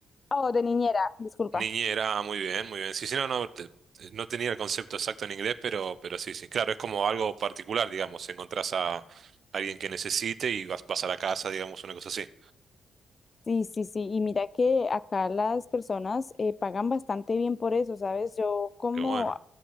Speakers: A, on the left; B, on the right.
A: Oh, de niñera, disculpa.
B: Niñera, ah, muy bien, muy bien. Sí, sí, no, no, te- te- no tenía el concepto exacto en inglés, pero, pero sí, sí. Claro, es como algo particular, digamos. Encontrás a alguien que necesite y vas, vas a la casa, digamos, una cosa así.
A: Sí, sí, sí, y mira que acá las personas eh, pagan bastante bien por eso, ¿sabes? Yo como
B: Qué bueno.